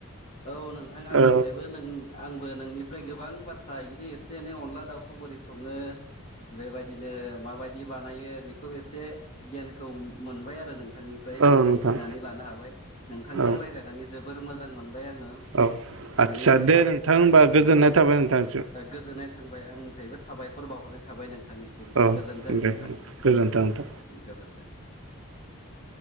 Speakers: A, on the left (about 30°); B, on the right (about 65°).
A: औ नोंथां आंनिफ्रायबो
B: औ
A: नों आंबो नोंनिफ्राय गोबां बाथ्रा बिनो एसे एनै अनला दाउखौ बोरै सङो बेबायदिनो माबायदि बानायो बेखौ एसे गियानखौ मोनबाय आरो नोंथां नोंथांनिफ्राय
B: औ नोंथां
A: मिथिनानै लानो हाबाय नोंथांजों
B: औ
A: रायज्लायनानै जोबोर मोजां मोन आङो
B: औ आदसा
A: माने
B: दे
A: जा
B: नोंथां होमबा गोजोननाय थाबाय नोंथांसिम
A: गोजोननाय थांबाय आं निफ्रायबो साबायखर बावहरनाय थाबाय नोंथांनिसिम
B: औ
A: गोजोन्थों
B: दे
A: नोंथां
B: गोजोन्थों नोंथां
A: गोजोनथों <unintelligible>